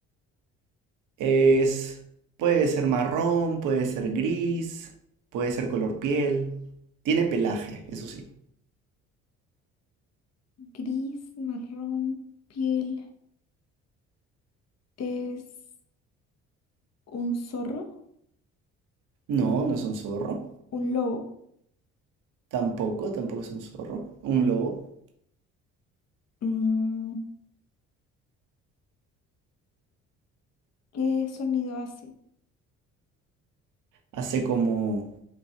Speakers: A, on the right (about 60°); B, on the left (about 50°).
A: Es, puede ser marrón, puede ser gris, puede ser color piel. Tiene pelaje, eso sí.
B: Gris, marrón, piel. ¿Es un zorro?
A: No, no es un zorro.
B: ¿Un lobo?
A: Tampoco, tampoco es un zorro. Un lobo.
B: Mm, ¿qué sonido hace?
A: Hace como...